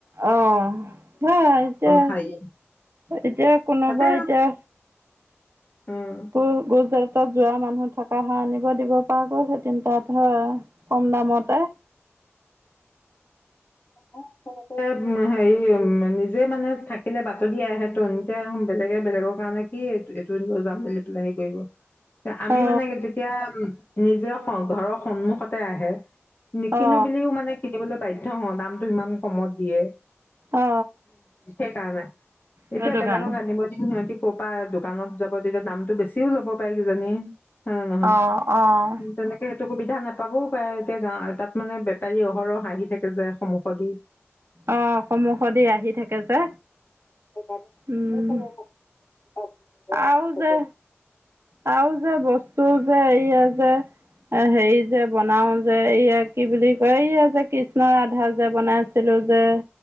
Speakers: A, on the right (about 60°); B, on the left (about 40°).
A: আহ হা এতিয়া
B: শাৰী
A: এতিয়া কোনোবা
B: তাতে
A: এতিয়া
B: উম
A: অ' বজাৰ হত যোৱা মানুহ থকা সা আনিব দিব পৰা গ'ল। সেই তিন তাত হয়। কম দামতে।
B: আচলতে হেৰি উ নিজে মানে থাকিলে বাতৰি আহে ত এতিয়া বেলেগে বেলেগৰ কাৰণে কি এইটো লৈ যাম বুলিলে পেলাই সি কৰিব আমি
A: অ
B: মানে যেতিয়া উ নিজে ঘৰৰ সন্মুখতে আহে। নিকিনো
A: অ
B: বুলিও মানে। বাধ্য হ ও দ টো ইমান কমত দিয়ে।
A: অ
B: সেইকাৰণে। এতিয়া
A: সেইটো
B: বেলেগক
A: কাৰণে
B: আনিব য সিহঁতি। ক'ৰ পা দোকানত যাব তেতিয়া দামতটো বেছিও ল'ব পাৰে কিজানি। হয় নে নহয়
A: অহ, অহ।
B: তেনেকে সুবিধা নাপাবও কাৰ এতিয়া গা তাত মানে বেপাৰী অহৰহ হাঁহি থাকে যে সম কদি <inaudible>
A: অ' সমুখ দি আহি থাকে যে।
B: সেইকাৰণে
A: উম
B: মানে চ
A: আৰু যে আৰু যে বস্তু যে এইয়া যে হেৰি যে বনাও যে এইয়া কি বুলি কয় এইয়া যে কৃষ্ণৰ আধা যে বনাইছে। বনাইছিলো যে